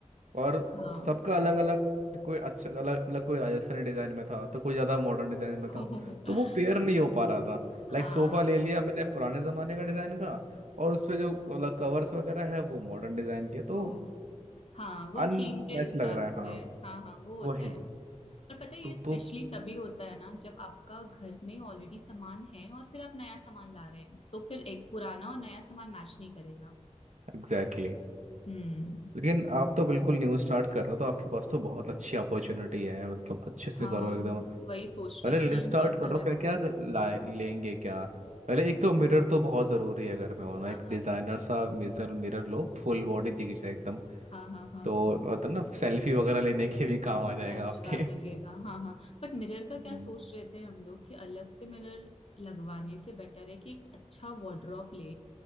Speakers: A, on the right; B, on the left.
A: और
B: हाँ
A: सबका अलग अलग कोई अच्छा अलग अलग कोई राजस्थानी डिजाइन में था तो कोई ज्यादा मॉडर्न डिजाइन में
B: <laughs>
A: था तो वो पेयर नहीं हो पा रहा था लाइक
B: हाँ
A: सोफा ले लिया मैंने पुराने जमाने का डिजाइन का और उसपे जो अलग कवर्स वगैरह है वो मॉडर्न डिजाइन के तो
B: ओ हाँ वो
A: अनमैच
B: थीम के हिसाब
A: लग रहा है
B: से
A: हाँ
B: हाँ हाँ वो होता
A: वही
B: है और पता है ये
A: तो
B: स्पेशली
A: तो
B: तभी होता है ना जब आपका घर में ऑलरेडी सामान है और फिर आप नया सामान ला रहे हैं तो फिर एक पुराना और नया सामान मैच नहीं करेगा
A: एग्जैक्टली exactly.
B: हम्म
A: लेकिन आप तो बिल्कुल न्यू स्टार्ट कर रहे हो तो आपके पास तो बहुत अच्छी अपॉर्चुनिटी है मतलब अच्छे से
B: हाँ
A: करो एकदम
B: वही सोच
A: पहले
B: रहे थीम
A: लिस्ट आउट
B: कैसा
A: करो
B: रखे
A: क्या क्या लाए लेंगे क्या पहले एक तो मिरर तो बहुत ज़रूरी है अगर मैं होना
B: हाँ
A: एक डिज़ाइनर सा मिरर मिरर लो फुल बॉडी दिख जाए एकदम
B: हाँ हाँ हाँ हाँ
A: तो
B: हाँ
A: होता है ना सेल्फी वगैरह लेने के भी काम आ जाएगा
B: अच्छा
A: आपके
B: लगेगा हाँ हाँ बट मिरर का क्या
A: हम्म
B: सोच रहे थे हम लोग कि अलग से मिरर लगवाने से बेटर है कि एक अच्छा वार्डरोब ले